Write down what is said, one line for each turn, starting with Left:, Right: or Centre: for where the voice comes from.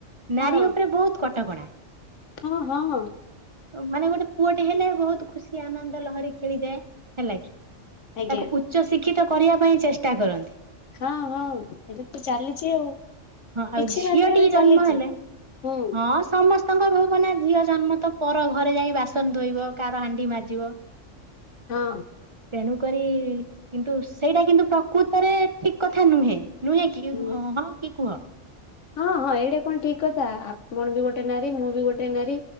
Left: ହଁ
Right: ନାରୀ ଉପରେ ବହୁତ କଟକଣା
Left: ହଁ ହଁ।
Right: ମାନେ ଗୋଟେ ପୁଅଟେ ହେଲେ ବହୁତ ଖୁସି ଆନନ୍ଦ ଲହରୀ ଖେଳିଯାଏ ହେଲା କି
Left: ଆଜ୍ଞା
Right: ତାକୁ ଉଚ୍ଚ ଶିକ୍ଷିତ କରିବା ପାଇଁ ଚେଷ୍ଟା କରନ୍ତି।
Left: ହଁ ହଁ ଏବେ ତ ଚାଲିଛି ଆଉ।
Right: ହଁ ଆଉ
Left: କିଛି
Right: ଝିଅଟିିକ
Left: ମାତ୍ରାରେ
Right: ଜନ୍ମ
Left: ଚାଲିଛି
Right: ହେଲେ
Left: ହୁଁ
Right: ହଁ ସମସ୍ତେ ଙ୍କ ଭାବନା ଝିଅ ଜନ୍ମ ତ ପର ଘରେ ଯାଇ ବାସନ ଧୋଇବ କାର ହାଣ୍ଡି ମାଜିବ
Left: ହଁ
Right: ତେଣୁ କରି କିନ୍ତୁ ସେଇଟା କିନ୍ତୁ ପ୍ରକୃତରେ ଠିକ କଥା ନୁହେଁ। ନୁହେଁ କି
Left: ହୁଁ
Right: ହଁ ହଁ କିଏ କୁହ?
Left: ହଁ ହଁ ଏଇଟା କଣ ଠିକ କଥା ଆପଣ ବି ଗୋଟେ ନାରୀ ମୁଁ ବି ଗୋଟେ ନାରୀ